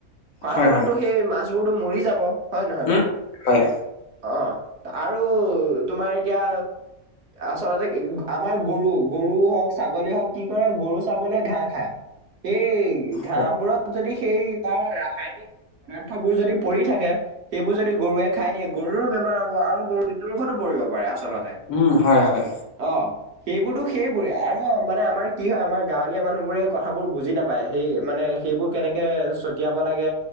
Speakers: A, on the right (about 60°); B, on the left (about 70°).
A: খোৱাৰ
B: হয়
A: ফলতো
B: হয়
A: সেই মাছবোৰতো মৰি যাব হয়ে নহয়
B: উম
A: বাৰু?
B: হয়
A: অ। আৰু' তোমাৰ এতিয়া আচলতে গ আমাৰ গৰু, গৰু হওঁক, ছাগলী হওঁক, কি কৰে গৰু ছাগলীয়ে ঘাঁহ খায়। সেইই ঘাঁহবোৰত
B: হয়
A: যদি সেই তাৰ ৰাসায়নিক থাবোৰ যদি পৰি থাকে। সেইবোৰ যদি গৰুৱে খাই দিয়ে, গৰুৰো বেমাৰ হ'ব আৰু গৰু মৃত্যু মুখতো পৰিব পাৰে। আচ আচলতে,
B: উম হয় হয়
A: অ। সেইবোৰতো সেইবোৰে আৰু মানে আমাৰ কি হয়, আমাৰ গাঁৱলীয়া মানুহ বোৰে কথাবোৰ বুজি নাপায়। সেই মানে সেইবোৰ কেনেকে ছটিয়াব লাগে